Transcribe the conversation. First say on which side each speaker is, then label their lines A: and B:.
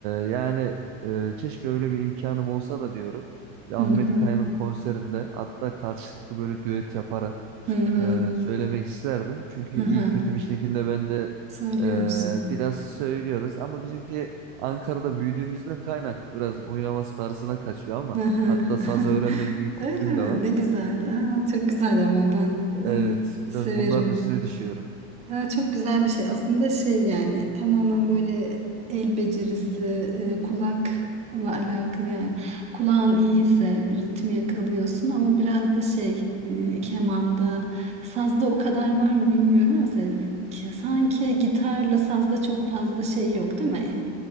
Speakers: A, on the right; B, on the right.
A: yani e, keşke öyle bir imkanım olsa da diyorum. Ve Ahmet
B: Hı hı.
A: Kaya'nın konserinde hatta karşılıklı böyle düet yaparak
B: Hı hı.
A: e, söylemek isterdim. Çünkü
B: Hı
A: iyi
B: hı.
A: kötü bir şekilde ben de
B: Söylüyor
A: e,
B: musun?
A: biraz söylüyoruz ama bizimki Ankara'da büyüdüğümüzden kaynaklı biraz oynaması tarzına kaçıyor ama
B: Aha.
A: hatta
B: <laughs>
A: saz öğrenme gibi bir
B: Öyle
A: fikrim
B: mi?
A: de var.
B: Ne güzel. Aa, çok güzel ama ben
A: Evet,
B: e,
A: biraz
B: severim.
A: bunların üstüne düşüyorum.
B: Ha, çok güzel bir şey. Aslında şey yani tamamen böyle el becerisi, e, kulakla alakalı yani. Kulağın iyiyse ritmi yakalıyorsun ama biraz da şey hani kemanda, sazda o kadar var mı bilmiyorum ama mesela ki- sanki gitarla sazda çok fazla şey yok değil mi? E,